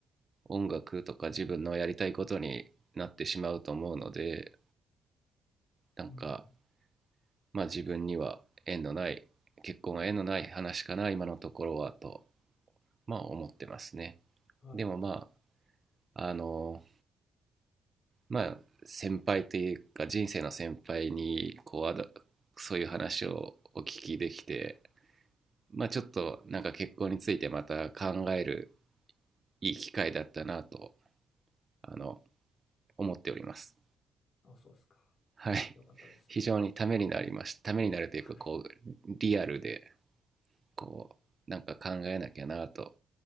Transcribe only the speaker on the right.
音楽とか自分のやりたいことになってしまうと思うのでなんか
まあ自分には縁のない結婚は縁のない話かな今のところはとまあ思ってますね
でもまああのまあ先輩というか人生の先輩にこうあだそういう話をお聞きできてまあちょっとなんか結婚についてまた考えるいい機会だったなとあの思っております。
はい。
非常にためになりました。
ためになるというかこう
リアルでこうなんか考えなきゃなと